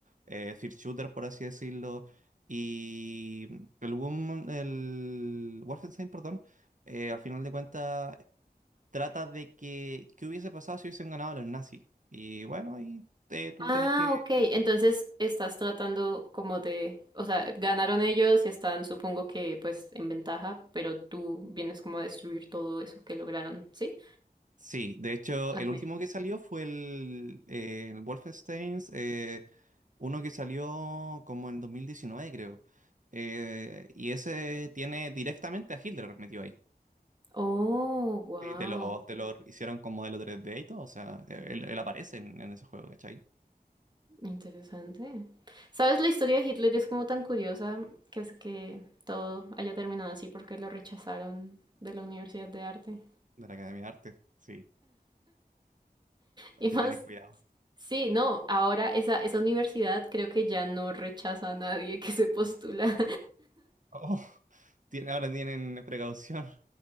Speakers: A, on the right (about 50°); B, on the right (about 25°).
A: eh, first shooter, por así decirlo. Y el, Wom- el Wolfenstein, perdón, eh, al final de cuentas trata de que, ¿qué hubiese pasado si hubiesen ganado los nazis? Y bueno, ahí te- tú
B: Ah,
A: tenés que...
B: ok. Entonces estás tratando como de, o sea, ganaron ellos y están, supongo que, pues, en ventaja, pero tú vienes como a destruir todo eso que lograron, ¿sí?
A: Sí, de hecho,
B: Ok.
A: el último que salió fue el, eh, el Wolfenstein, eh, uno que salió como en 2019, creo. Eh, y ese tiene directamente a Hitler metido ahí.
B: Oh, wow.
A: Sí, te lo, te lo hicieron como de los d y todo, o sea, él, él aparece en, en ese juego, ¿cachai?
B: Interesante. ¿Sabes? La historia de Hitler es como tan curiosa que es que todo haya terminado así porque lo rechazaron de la Universidad de Arte.
A: De la Academia de Arte, sí,
B: Y
A: hay
B: más,
A: que tener cuidado. <laughs>
B: sí, no, ahora esa, esa universidad creo que ya no rechaza a nadie que se postula.
A: Oh, tiene, ahora tienen precaución.